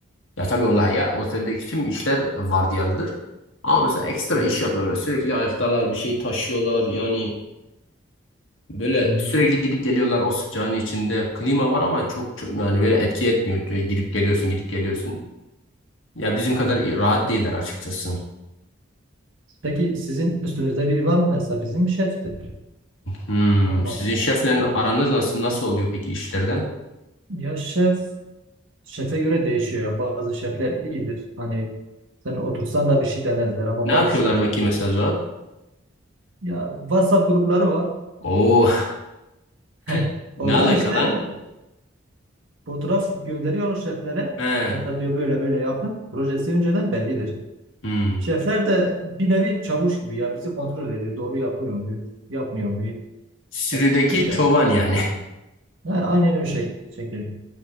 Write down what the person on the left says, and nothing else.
Ya tabii onlar ya oteldeki tüm işler vardiyalıdır. Ama mesela ekstra
iş yapıyorlar. Sürekli ayaktalar, bir şey taşıyorlar. Yani böyle
sürekli gidip geliyorlar o sıcağın içinde. Klima var ama çok, çok yani böyle etki etmiyor. Böyle gidip geliyorsun, gidip geliyorsun. Ya bizim kadar
rahat
değiller açıkçası.
Hmm,
sizin şefle
aranız nasıl nasıl oluyor peki işlerde?
Ne
yapıyorlar
bakayım mesela Zuhat?
Oo,
<laughs> ne
alaka
lan?
He.
Hmm.
Sürüdeki
çoban yani.